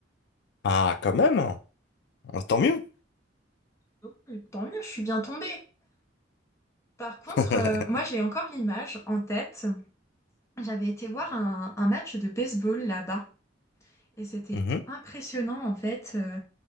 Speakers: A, on the left; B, on the left.
A: Ah, quand même. Ah, Tant mieux.
B: Donc, Tant mieux, je suis bien tombée. Par contre,
A: <laughs>
B: euh, moi j'ai encore l'image en tête. J'avais été voir un, un match de baseball là-bas et c'était
A: Mhm.
B: impressionnant en fait. Euh,